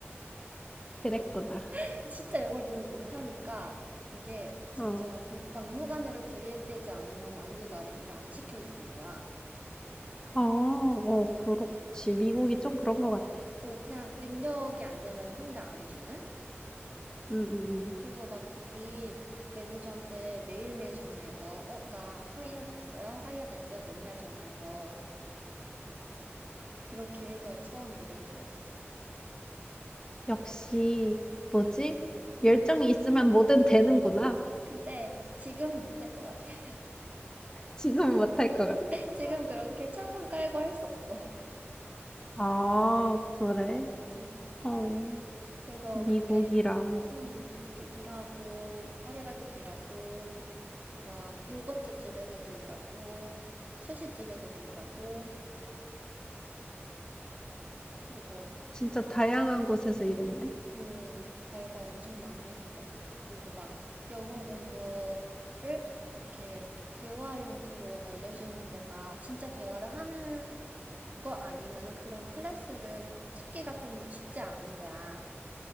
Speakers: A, on the left (about 15°); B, on the right (about 35°).
A: 그랬구나.
B: <laughs> 진짜 영어를 너무 못하니까 이게 진짜
A: 어.
B: 그냥 막무가내로 들이대지 않으면 아무도 나를 일 안 시켜주는 거야.
A: 어, 어, 그렇지. 미국이 좀 그런 것 같아.
B: 어, 그냥 능력이 안 되면 상대 안 해주는?
A: 응, 응, 응.
B: 그래서 막 거기 매니저한테 매일매일 전화해서, 어, 나 하이어 됐어요? 하이어 됐어요? 맨날 전화해서 그렇게 해서 처음 일을 구했었어.
A: 역시, 뭐지? 열정이 있으면 뭐든 되는구나.
B: 아, 근데 지금은 못 할 것 같아. <laughs>
A: <laughs> 지금은 못할 것 같아?
B: 지금
A: 어.
B: 그렇게 철판 깔고 할 수 없어.
A: 아, 그래?
B: 음,
A: 어,
B: 그래서
A: 미국이라.
B: 그렇게, 음, 그렇게 일하고, 파리바게트 일하고, 막 요거트 집에서도 일하고, 스시 집에서도 일하고, 그리고,
A: 진짜 다양한 곳에서 일했네.
B: 음, 알바 엄청 많이 했어. 그리고 막 영어 공부를 이렇게 대화 형태로 알려주는 데가 진짜 대화를 하는 거 아니면은 그런 클래스를 찾기가 좀 쉽지 않은 거야.